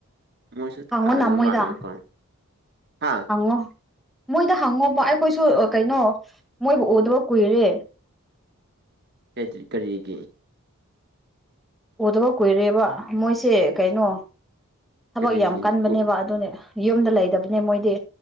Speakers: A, on the right; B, in the centre.
A: ꯃꯣꯏꯁꯨ
B: ꯍꯪꯉꯨꯅ
A: ꯊꯥꯗꯕ
B: ꯃꯣꯏꯗ
A: ꯃꯥꯜꯂꯦ ꯀꯣ ꯍꯥ
B: ꯍꯪꯉꯣ ꯃꯣꯏꯗ ꯍꯪꯉꯣꯕ ꯑꯩꯈꯣꯏꯁꯨ ꯀꯩꯅꯣ ꯃꯣꯏꯕꯨ ꯎꯗꯕ ꯀꯨꯏꯔꯦ
A: ꯔꯤ ꯀꯔꯤꯒꯤ
B: ꯎꯗꯕ ꯀꯨꯏꯔꯦꯕ ꯃꯣꯏꯁꯦ ꯀꯩꯅꯣ ꯊꯕꯛ
A: ꯀꯔꯤꯒꯤ
B: ꯌꯥꯝ ꯀꯟꯕꯅꯦꯕ
A: ꯎ-
B: ꯑꯗꯨꯅꯦ ꯌꯨꯝꯗ ꯂꯩꯗꯕꯅꯦ ꯃꯣꯏꯗꯤ